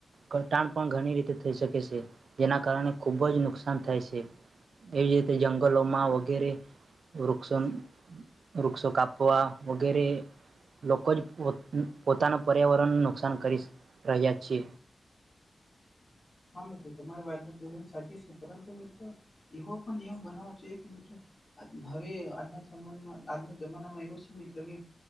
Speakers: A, on the right; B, on the left.
A: ઘટાણ પણ ઘણી રીતે થઈ શકે છે જેના કારણે ખૂબ જ નુકસાન થાય છે એવી જ રીતે જંગલોમાં વગેરે વૃક્ષો વૃક્ષો કાપવા વગેરે લોકો જ પો પોતાના પર્યાવરણને નુકસાન કરી રહ્યા છે
B: હા મિત્ર તમારી વાત સાચી છે પરંતુ મિત્રો એવો પણ નિયમ બનાવો જોઈએ કે મિત્રો હવે આજના જમાં આજના જમાનામાં એવો છે મિત્ર કે